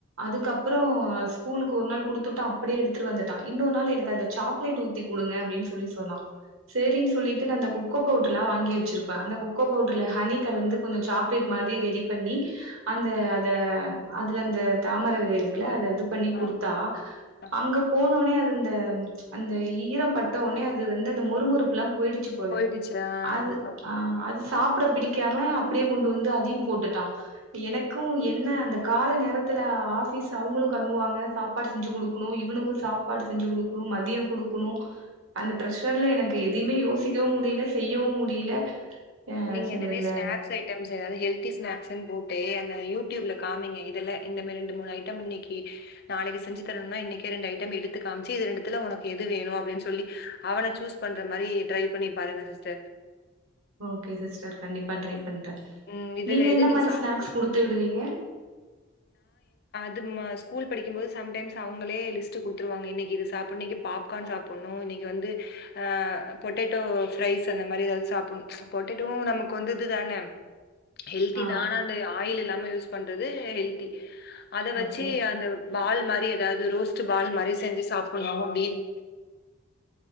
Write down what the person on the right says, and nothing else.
அதுக்கப்றோம் அது ஸ்கூலுக்கு ஒரு நாள் குடுத்துட்டன் அப்டியே எடுத்துட்டு வந்துட்டான் இன்னொரு நாள் எனக்கு அந்த சாக்லேட் ஊத்தி குடுங்க அப்டின்னு சொல்லி சொன்னான் சேரின்னு
சொல்லிட்டு நா அந்த கொக்கோ பவுட்ர்லாம் வாங்கி வச்சுருப்பேன் அந்த கொக்கோ பவுடர்ல ஹனி கலந்து கொஞ்சோ சாக்லேட் மாரி ரெடி பண்ணி அந்த அத அதுல அந்த தாமர விதை இருக்குல்ல அது இத பண்ணி
குடுத்தா
அங்க போனோனே அ அந்த அந்த ஈரோ பட்டோனே அது வந்து அந்த மொறு மொறுப்பெல்லா போய்டுச்சு போல
அது ஆ அது சாப்ட பிடிக்காம அப்டியே கொண்டு வந்து அதயும் போட்டுட்டான் எனக்கும் என்ன அந்த கால நேரத்ல ஆபீஸ் அவங்ளும் களம்புவாங்க சாப்பாடு செஞ்சு குடுக்கணும் இவனுக்கு சாப்பாடு செஞ்சு குடுக்ணும் மதியம் குடுக்ணும் அந்த ப்ரெஷர்ல எனக்கு எதயுமே யோசிக்கவும் முடியல செய்யவும் முடியல ஆ
இவனுக்குல
ஓகே சிஸ்டர் கண்டிப்பா ட்ரை பண்றேன்
நீங்க
என்ன மாரி
ஸ்நக்ஸ் குடுத்து விடுவீங்க
ஆ
ஓகே